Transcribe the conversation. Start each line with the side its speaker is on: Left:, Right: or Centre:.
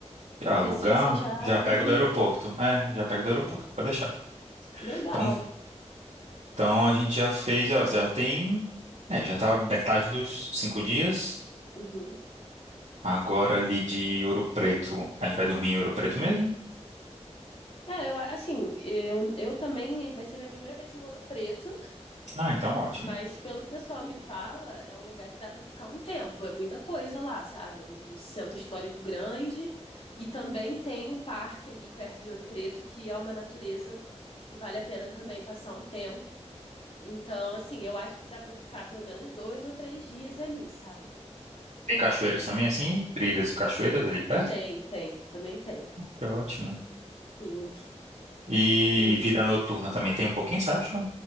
Right: Alugar,
Left: ver se você já
Right: já
Left: organiza.
Right: pego do aeroporto. É, já pego do aeroporto,
Left: É,
Right: pode deixar.
Left: legal.
Right: Então, então a gente já fez, ó, já tem. É, já tá metade dos cinco dias.
Left: Uhum.
Right: Agora ali de Ouro Preto, a gente vai dormir em Ouro Preto mesmo?
Left: É, eu, a- assim, eu, eu também vai ser minha primeira vez em Ouro Preto.
Right: Ah, então ótimo.
Left: Mas pelo que o pessoal me fala, é um lugar que dá para ficar um tempo, é muita coisa lá, sabe? É Um, um centro histórico grande e também tem um parque ali perto de Ouro Preto que é uma natureza que vale a pena também passar um tempo. Então, assim, eu acho que dá para ficar pelo menos dois ou três dias ali, sabe?
Right: Tem cachoeiras também, assim, trilhas e cachoeiras ali perto?
Left: Tem, tem, também tem.
Right: Que Ótimo.
Left: Sim.
Right: E
Left: E
Right: vida noturna também tem um pouquinho, você acha?